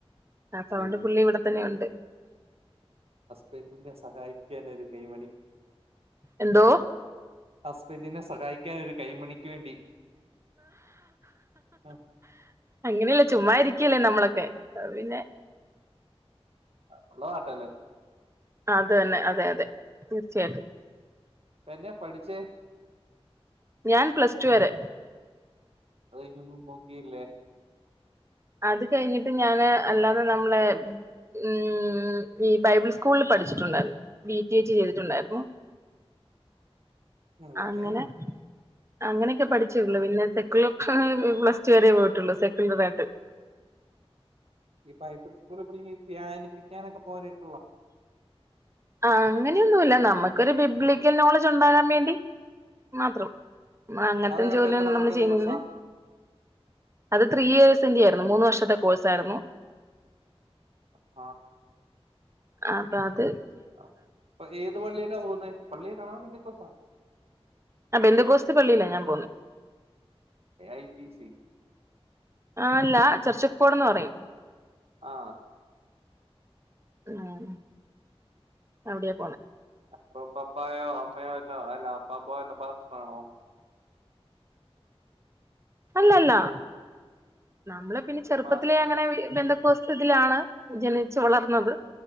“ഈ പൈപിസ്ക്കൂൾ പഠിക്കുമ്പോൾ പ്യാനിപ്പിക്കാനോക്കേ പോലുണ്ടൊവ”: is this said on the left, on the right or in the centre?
Right